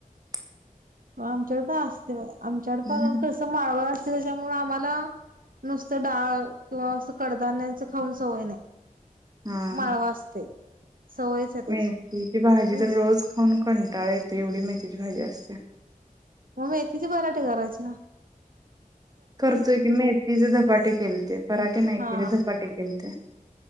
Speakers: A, on the right; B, on the right.
A: <unintelligible>
B: मग आमच्याकडे पण असते बघा. आमच्याकड
A: हम्म
B: पण कसं माळवळ असते त्याच्यामु आम्हाला नुसतं डाळ. किंवा असं कडधान्याच खाऊन सवय नाही.
A: हा
B: माळव असतय. सवयच आहे
A: मेथीची भाजी
B: त्याची
A: तर रोज खाऊन कंटाळा येते. एवढी मेथीची भाजी असते.
B: म मेथेची पराठी करायचे ना.
A: करतोय की. मेथीचे धपाटे केलते. पराटे
B: हा
A: नाही केले. धपाटे केलते.